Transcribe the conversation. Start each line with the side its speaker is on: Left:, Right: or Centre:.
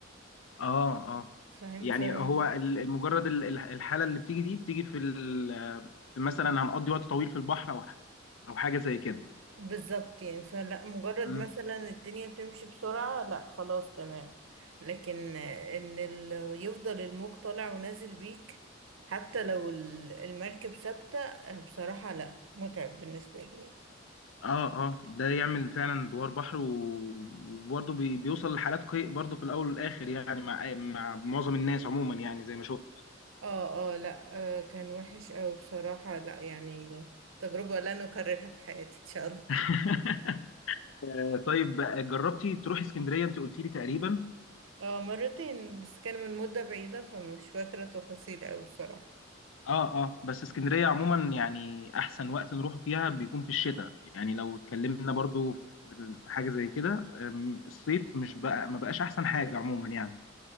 Left: اه اه
Right: فاهم
Left: يعني هو ال- مجرد ال- ال- الحاله اللي بتيجي دي بتيجي في ال- في مثلا هنقضي وقت طويل في البحر او ح- او حاجه زي كده
Right: بالظبط يعني فلا مجرد
Left: مم.
Right: مثلا الدنيا بتمشي بسرعة لا خلاص تمام لكن ان ال... يفضل الموج طالع ونازل بيك حتى لو ال- المركب ثابتة آه، بصراحة لا متعب بالنسبة لي يعني.
Left: اه اه ده يعمل فعلا دوار بحر و- وبرضه بي- بيوصل لحالات قيء برضه في الاول والاخر يعني مع مع معظم الناس عموما يعني زي ما شفت
Right: اه اه لا آه كان وحش اوي بصراحة لا يعني تجربة لن اكررها في حياتي ان شاء الله
Left: <laughs> طيب جربتي تروحي اسكندريه انت قلتي لي تقريبا
Right: اه مرتين بس كان من مدة بعيدة فمش فاكرة تفاصيل اوي بصراحة
Left: اه اه بس اسكندريه عموما يعني احسن وقت نروح فيها بيكون في الشتاء يعني لو اتكلمنا برضو في في حاجه زي كده أم، الصيف مش بقى ما بقاش احسن حاجه عموما يعني